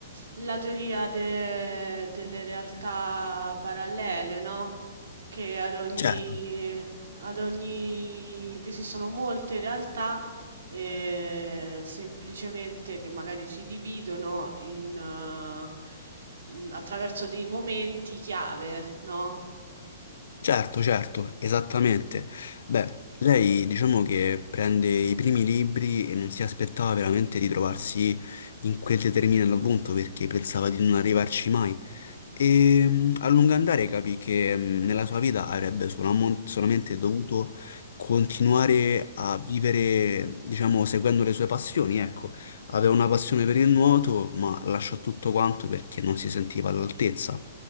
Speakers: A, on the right; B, on the left.
A: la teoria de- delle realtà parallele, no? Che ad ogni,
B: Certo.
A: ad ogni, che esistono molte realtà, eh, semplicemente che magari si dividono in, eh, in- attraverso dei momenti chiave, no?
B: Certo, certo, esattamente. Beh, lei diciamo che prende i primi libri e non si aspettava veramente di trovarsi in quel determinato punto perché pensava di non arrivarci mai. E mh, a lungo andare capì che mh, nella sua vita avrebbe solamo- solamente dovuto continuare a vivere, diciamo, seguendo le sue passioni, ecco. Aveva una passione per il nuoto, ma lasciò tutto quanto perché non si sentiva all'altezza